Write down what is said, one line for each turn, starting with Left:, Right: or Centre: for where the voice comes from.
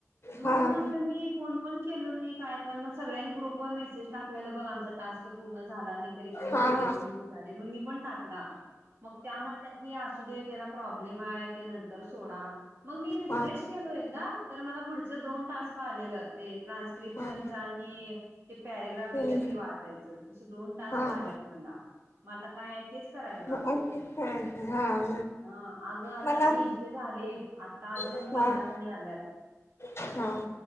Right: मग
Left: हा
Right: म्हणलं मी फोन पण केलो नय. काय पण, मग सगळ्यांनी ग्रुप वर मेसेज टाकलेलं बघ, आमचा टास्क पूर्ण झाला नाही, तरी पण झालंय
Left: हा हा
Right: म्हण मी पण टाकला, मग त्या म्हणल्या की असुदेत तेला प्रॉब्लेम हाय, ते नंतर सोडा, मग मी रिफ्रेश
Left: हा
Right: केलो एकदा, तर मला पुढच दोन टास्क आलेल, ते ट्रान्स्क्रिप्शन
Left: हा
Right: आणि ते पॅरेग्राफ येत्यात
Left: हा
Right: ते वाचायचं, तसं दोन टास्क
Left: हा
Right: आल्यात मला, मग आता काय तेच करायला लागलोय
Left: <unintelligible>
Right: मी
Left: हा हा.
Right: हा, अगं आता
Left: मला
Right: तीनशे झालेत, आता अजून
Left: हा
Right: पन्नास आणि आल्यात.
Left: हा